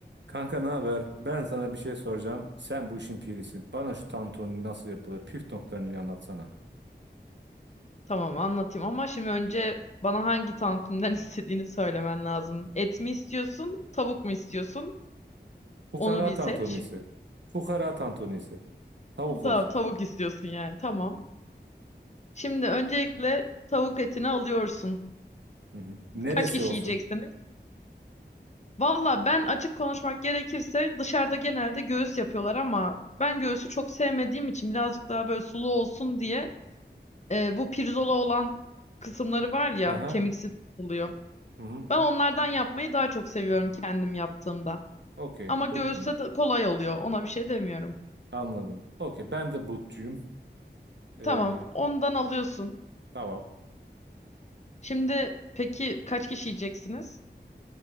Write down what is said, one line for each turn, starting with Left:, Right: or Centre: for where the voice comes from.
Right: Kanka ne haber? Ben sana bir şey soracağım. Sen bu işin pirisin. Bana şu tantuni nasıl yapılır? Püf noktalarını bir anlatsana.
Left: Tamam anlatayım ama şimdi önce bana hangi tantuniden <laughs> istediğini söylemen lazım. Et mi istiyorsun, tavuk mu istiyorsun?
Right: Fukara
Left: Onu bir seç.
Right: tantunisi. Fukara tantunisi. Tavuk
Left: Tamam,
Right: olsun.
Left: tavuk istiyorsun yani. Tamam. Şimdi öncelikle tavuk etini alıyorsun.
Right: Hı hı. Neresi
Left: Kaç kişi
Right: olsun?
Left: yiyeceksiniz? Valla ben açık konuşmak gerekirse dışarıda genelde göğüs yapıyorlar ama ben göğsü çok sevmediğim için birazcık daha böyle sulu olsun diye e, bu pirzola olan kısımları var ya
Right: Hı hı.
Left: kemiksiz oluyor.
Right: Hı hı.
Left: Ben onlardan yapmayı daha çok seviyorum kendim yaptığımda.
Right: Okey.
Left: Ama
Right: But'tan.
Left: göğüste de kolay oluyor. Ona bir şey demiyorum.
Right: Anladım. Okey. Ben de butçuyum. Ee,
Left: Tamam, ondan alıyorsun.
Right: tamam.
Left: Şimdi peki kaç kişi yiyeceksiniz?